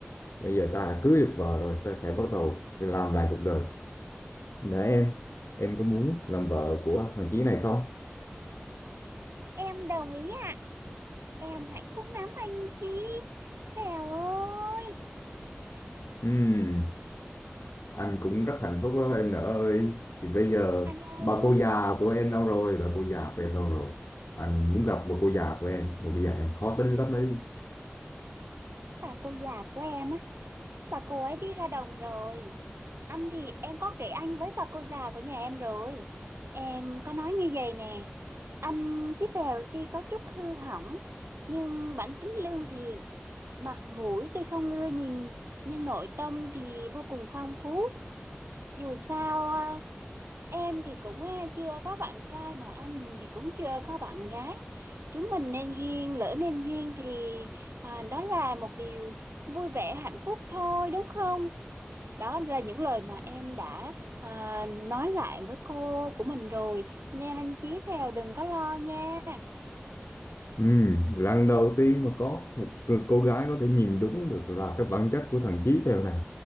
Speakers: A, on the left (about 80°); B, on the right (about 85°).
A: bây giờ ta đã cưới được vợ rồi ta sẽ bắt đầu sẽ làm lại cuộc đời nè em em có muốn làm vợ của thằng chí này không
B: Em đồng ý ạ, em hạnh phúc lắm anh chị. Vèo ơi.
A: Ừm, anh cũng rất hạnh phúc đó em nữa ơi thì bây giờ
B: Anh ơi,
A: bà cô già của em đâu rồi bà cô già của em đâu rồi anh muốn gặp bà cô già của em bà cô già em khó tính lắm đấy
B: bà cô già của em á, bà cô ấy đi ra đồng rồi. Anh thì em có kể anh với bà cô già của nhà em rồi. Em có nói như vậy nè, anh chí phèo tuy có chút hư hỏng, nhưng bản tính lương thiện, mặt mũi tuy không ưa nhìn, nhưng nội tâm thì vô cùng phong phú. Dù sao Em thì cũng à, chưa có bạn trai mà anh thì cũng chưa có bạn gái. Chúng mình nên duyên, lỡ nên duyên thì à, đó là một điều vui vẻ, hạnh phúc thôi đúng không? Đó là những lời mà em đã à, nói lại với cô của mình rồi. Nên anh Chí Phèo đừng có lo nha,
A: Ừ, lần đầu tiên mà có một cô cô gái có thể nhìn đúng được là cái bản chất của thằng Chí Phèo này.